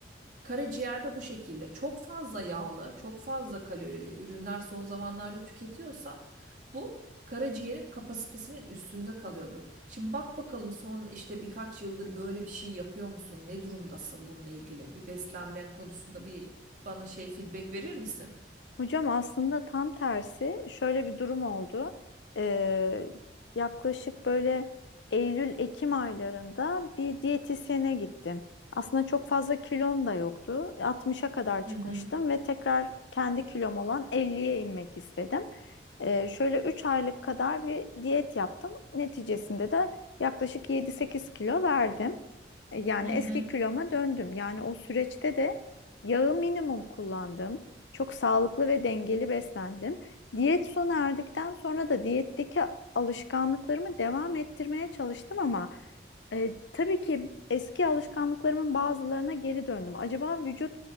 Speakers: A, on the right; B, on the left.
A: Karaciğerde bu şekilde çok fazla yağlı, çok fazla kalorili ürünler son zamanlarda tüketiyorsan bu karaciğerin kapasitesinin üstünde kalıyordur. Şimdi bak bakalım son işte birkaç yıldır böyle bir şey yapıyor musun? Ne durumdasın bununla ilgili? Bir beslenmen konusunda bir bana şey feedback verir misin?
B: Hocam aslında tam tersi şöyle bir durum oldu. Ee, yaklaşık böyle Eylül-Ekim aylarında bir diyetisyene gittim. Aslında çok fazla kilom da yoktu. 60'a kadar
A: Hı
B: çıkmıştım
A: hı.
B: ve tekrar kendi kilom olan 50'ye inmek istedim. Ee, şöyle 3 aylık kadar bir diyet yaptım. Neticesinde de yaklaşık 7-8 kilo verdim. Yani
A: Hı
B: eski
A: hı.
B: kiloma döndüm. Yani o süreçte de yağı minimum kullandım. Çok sağlıklı ve dengeli beslendim. Diyet sona erdikten sonra da diyetteki alışkanlıklarımı devam ettirmeye çalıştım ama e, tabii ki eski alışkanlıklarımın bazılarına geri döndüm. Acaba vücut